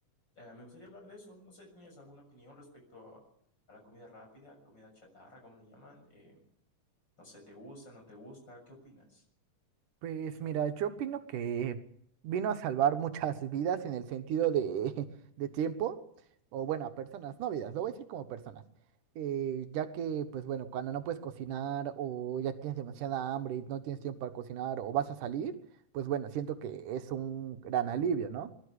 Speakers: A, on the left (about 35°); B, on the right (about 85°).
A: eh, me gustaría hablar de eso. No sé, ¿tienes alguna opinión respecto a, a la comida rápida, comida chatarra, como le llaman? Eh, no sé, ¿te gusta, no te gusta? ¿Qué opinas?
B: Pues mira, yo opino que vino a salvar muchas vidas en el sentido de, <laughs> de tiempo, o bueno, a personas, no vidas, lo voy a decir como personas, eh, ya que pues bueno, cuando no puedes cocinar o ya tienes demasiada hambre y no tienes tiempo para cocinar o vas a salir, pues bueno, siento que es un gran alivio, ¿no?